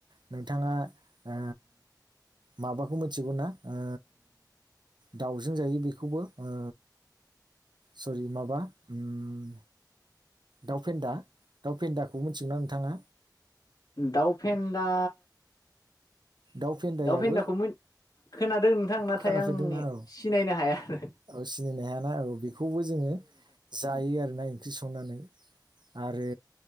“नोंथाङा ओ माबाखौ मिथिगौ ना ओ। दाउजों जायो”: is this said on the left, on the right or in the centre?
Right